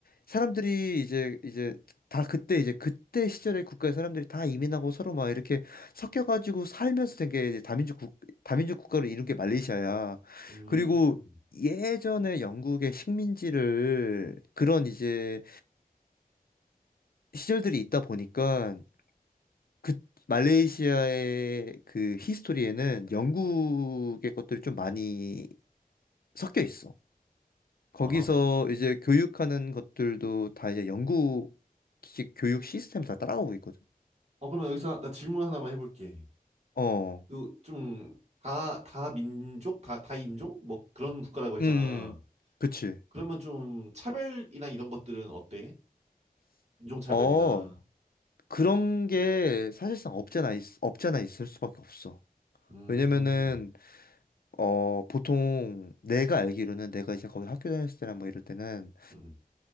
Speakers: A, on the left; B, on the right.
A: 사람들이 이제 이제 다 그때 이제 그때 시절에 국가의 사람들이 다 이민하고 서로 막 이렇게 섞여가지고 살면서 된 게 이제 다민족 국 다민족 국가를 이룬 게 말레이시아야.
B: 음.
A: 그리고 예전에 영국의 식민지를 그런 이제 시절들이 있다 보니까 그 말레이시아의 그 히스토리에는 영국의 것들이 좀 많이 섞여 있어. 거기서
B: 아,
A: 이제 교육하는 것들도 다 이제 영국식 교육 시스템 다 따라가고 있거든.
B: 어, 그러면 여기서 나 질문 하나만 해볼게.
A: 어,
B: 그, 좀, 다, 다 민족, 다, 다 인종? 뭐 그런 국가라고 했잖아.
A: 음, 그치.
B: 그러면 좀 차별이나 이런 것들은 어때? 인종차별이나
A: 어, 그런 게 사실상 없잖아, 있, 없잖아 있을 수밖에 없어.
B: 음,
A: 왜냐면은, 어, 보통 내가 알기로는 내가 이제 거기 학교 다녔을 때나 뭐 이럴 때는
B: 음,